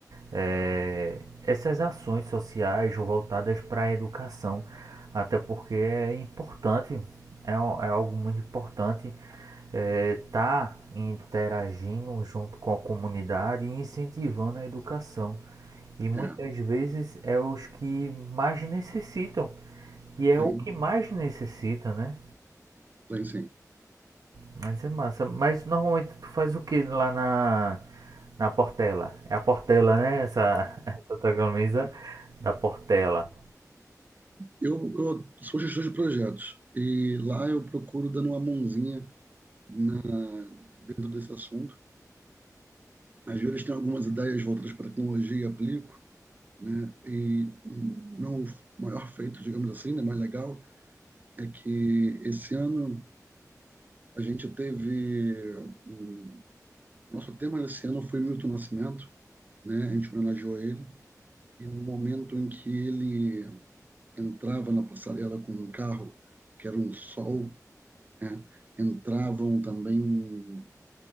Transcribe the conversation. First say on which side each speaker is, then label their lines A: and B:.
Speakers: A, on the right; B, on the right.
A: é, essas ações sociais voltadas para a educação, até porque é importante, é, al- é algo muito importante estar interagindo junto com a comunidade e incentivando a educação. E muitas
B: É,
A: vezes é os que mais necessitam, e é
B: sim,
A: o que mais necessita, né?
B: sim, sim.
A: Mas é massa. Mas normalmente tu faz o que lá na, na Portela? É a Portela, né? Essa, <laughs> essa tua camisa da Portela.
B: Eu, eu sou gestor de projetos e lá eu procuro dando uma mãozinha na, dentro desse assunto. Às vezes tenho algumas ideias voltadas para a tecnologia e aplico, né? E hum, meu maior feito, digamos assim, né, mais legal, é que esse ano a gente teve hum, nosso tema desse ano foi Milton Nascimento, né? A gente homenageou ele e no momento em que ele entrava na passarela com um carro que era um sol, né? entravam também um,